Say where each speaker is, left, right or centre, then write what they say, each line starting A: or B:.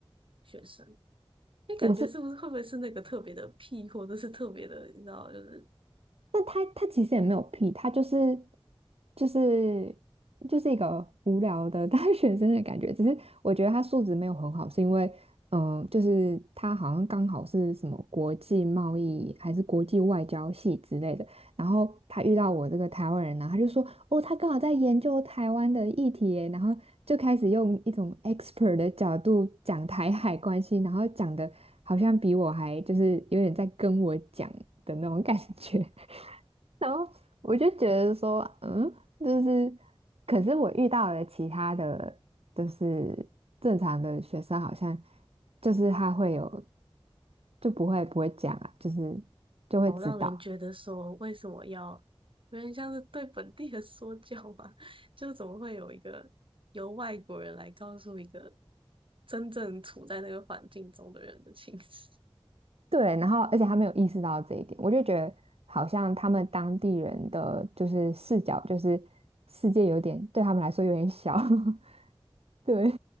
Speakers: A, on the right; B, on the right.
A: 学生？因为感觉是不是会不会是那个特别的屁，
B: 我是
A: 或者是特别的，你知道，就是
B: 但他他其实也没有屁，他就是就是就是一个无聊的 <laughs> 大学生的感觉。只是我觉得他素质没有很好，是因为嗯、呃就是他好像刚好是什么国际贸易还是国际外交系之类的。然后他遇到我这个台湾人呢，他就说哦，他刚好在研究台湾的议题耶然后就开始用一种 expert 的角度讲台海关系，然后讲的好像比我还就是有点在跟我讲的那种感觉。然后我就觉得说，嗯，就是，可是我遇到了其他的，就是正常的学生，好像就是他会有，就不会不会讲啊，就是就会知道，
A: 好让人觉得说为什么要有点像是对本地人说教吧？<laughs> 就怎么会有一个由外国人来告诉一个真正处在那个环境中的人的情绪？
B: 对，然后而且他没有意识到这一点，我就觉得好像他们当地人的就是视角，就是世界有点对他们来说有点小，<laughs> 对。